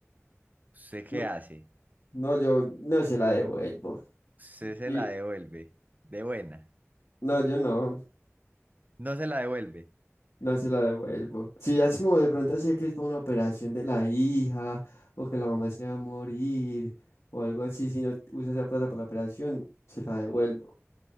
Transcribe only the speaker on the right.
¿Usted qué
hace?
Usted se
la devuelve, de buena.
No se la devuelve.